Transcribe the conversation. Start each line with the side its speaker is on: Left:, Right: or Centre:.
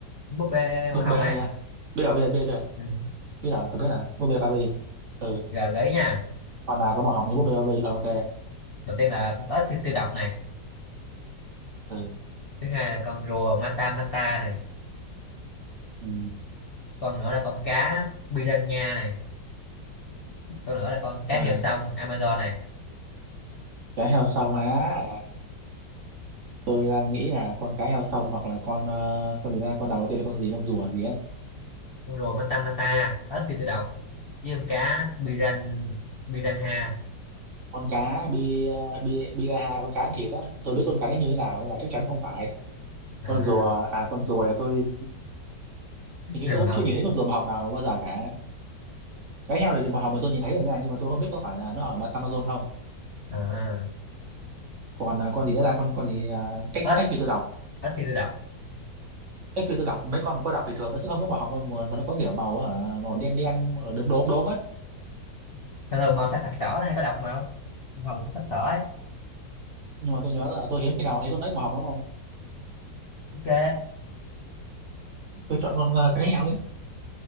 Left: búp bê màu
Right: búp
Left: hồng
Right: bê
Left: ấy
Right: biết rồi biết rồi biết rồi
Left: ừ.
Right: biết rồi tôi biết rồi búp bê Barbie ừ
Left: rồi gợi ý nha
Right: Con nào có màu hồng như búp bê Barbie Ờ, ok
Left: đầu tiên là con ếch tiêu tiêu độc này
Right: ừ
Left: thứ hai là con rùa mata mata này
Right: Ừ.
Left: con nữa là con cá piranha này con nữa là con cá
Right: ừ
Left: heo sông Amazon này
Right: cá heo sông á à, tôi đang nghĩ là con cá heo sông hoặc là con ờ, con gì ra con đầu tiên là con gì con rùa gì ấy
Left: con rùa mata mata ếch phi tự độc với con cá piran piranha
Right: con cá bi bi biraha con cá ăn thịt á tôi biết con cá đấy như thế nào nên là chắc chắn không phải
Left: à,
Right: con rùa à con rùa thì tôi hình như
Left: rùa
Right: tôi cũng
Left: hồng
Right: chưa nhìn thấy con rùa màu hồng nào bao giờ cả cá heo thì màu hồng thì tôi nhìn thấy rồi nha nhưng mà tôi không biết có phải là nó ở Ma- Amazon không
Left: à,
Right: còn à, con gì nữa là con con gì uh, ếch
Left: ếch
Right: ếch phi tự độc
Left: ếch phi tự độc
Right: cái kiểu tôi đọc mấy con có đọc thì thường nó sẽ không có màu học đâu mà, mà nó có kiểu màu hả màu đen đen ờ, đốm đốm đốm á
Left: thường thường màu sặc sặc sỡ là hay có độc màu hồng cũng sặc sỡ ấy
Right: nhưng mà tôi nhớ là tôi hiếm khi nào thấy con ếch màu học lắm không
Left: ok
Right: tôi chọn con ờ, cái nhau ấy